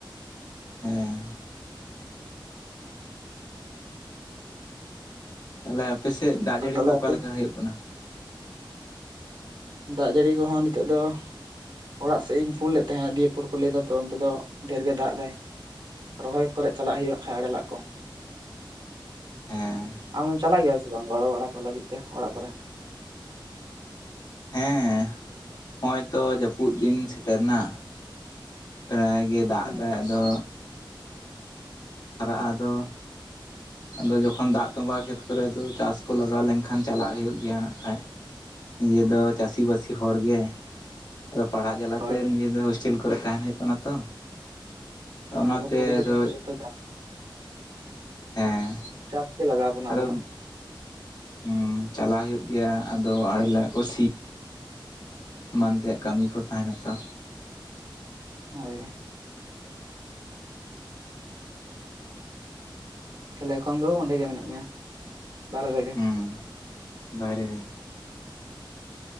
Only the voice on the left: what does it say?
ᱦᱮᱸ ᱛᱟᱦᱚᱞᱮ ᱟᱯᱮᱥᱮᱫ ᱫᱟᱜ
ᱡᱟᱹᱲᱤ
ᱠᱚ ᱚᱠᱟᱮ
ᱞᱮᱠᱟ ᱦᱩᱭᱩᱜ ᱠᱟᱱᱟ?
ᱦᱮᱸ ᱾
ᱦᱮᱸ, ᱱᱚᱜᱚᱭ ᱛᱚ ᱡᱟᱹᱯᱩᱫ ᱫᱤᱱ ᱥᱮᱴᱮᱨᱮᱱᱟ᱾ ᱯᱨᱟᱭᱟ ᱜᱮ ᱫᱟᱜ
ᱫᱟᱭ ᱟᱫᱚ᱾ ᱦᱟᱨᱟᱜᱼᱟ ᱟᱫᱚ᱾ ᱟᱫᱚ ᱡᱚᱠᱷᱚᱱ ᱫᱟᱜ ᱛᱚᱸᱵᱟ ᱠᱷᱮᱛ ᱠᱚᱨᱮ ᱫᱚ ᱪᱟᱥ ᱠᱚ ᱞᱟᱜᱟᱣ ᱞᱮᱱᱠᱷᱟᱱ ᱪᱟᱞᱟᱜ ᱦᱩᱭᱩᱜ ᱜᱮᱭᱟ ᱱᱟᱜ ᱠᱷᱟᱭ ᱾ ᱱᱤᱡᱮ ᱫᱚ ᱪᱟᱥᱤ ᱵᱟᱥᱤ ᱦᱚᱲ ᱜᱮ᱾ ᱟᱫᱚ ᱯᱟᱲᱦᱟᱜ ᱡᱟᱞᱟᱛᱮ,
ᱱᱤᱡᱮ ᱫᱚ ᱦᱳᱥᱴᱮᱞ ᱠᱚᱨᱮ ᱛᱟᱦᱮᱸᱱ ᱦᱩᱭᱩᱜ ᱠᱟᱱᱟ ᱛᱚ᱾ ᱚᱱᱟᱛᱮ
ᱫᱚ
ᱦᱮᱸ᱾
ᱟᱫᱚ
ᱦᱩᱸ, ᱪᱟᱞᱟᱜ ᱦᱩᱭᱩᱜ ᱜᱮᱭᱟ ᱟᱫᱚ ᱟᱲᱮᱞᱟ ᱠᱚ ᱥᱤ ᱾ ᱮᱢᱟᱱ ᱛᱮᱭᱟᱜ ᱠᱟᱹᱢᱤ ᱠᱚ ᱛᱟᱦᱮᱸᱱᱟ ᱛᱚ᱾
ᱦᱩᱸᱢ, ᱵᱟᱦᱨᱮ ᱨᱮᱜᱮ᱾